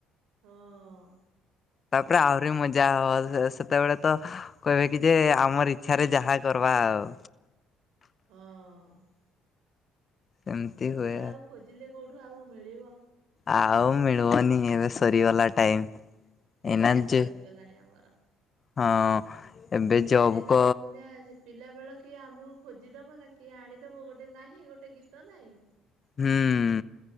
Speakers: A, on the right; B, on the left.
A: ହଁ।
B: ତାପରେ ଆଉ ରେ ମଜା ହବ, ସେ ସେତେବେଳେ ତ କହିବେ କି ଯେ ଆମର ଇଚ୍ଛାରେ ଯାହା କରବା ଆଉ।
A: ହଁ।
B: ସେମିତି
A: ସେ
B: ହୁଏ।
A: ବେଳ ଆଉ ଖୋଜିଲେ କୋଉଠୁ ଆଉ ମିଳିବ।
B: ଆଉ ମିଳିବନି ଏବେ
A: ଆଉ
B: ସରିଗଲା
A: ମିଳିବନି
B: ଟାଇମ
A: ସେ
B: ଏନା
A: ଟାଇମ
B: ଯେ
A: ସରିଗଲାଣି ଆମର
B: ହଁ ଏବେ
A: ପିଲାଦିନ
B: ଜବ୍ କ
A: କୋଉ କଥା ଆଜି ପିଲା ବେଳ କିଏ ଆମକୁ ଖୋଜିଦବ ନା କିଏ ଆଣିଦବ ଗୋଟେ ନାହିଁ ଗୋଟେ ଗୀତ ନାହିଁ।
B: ହୁଁ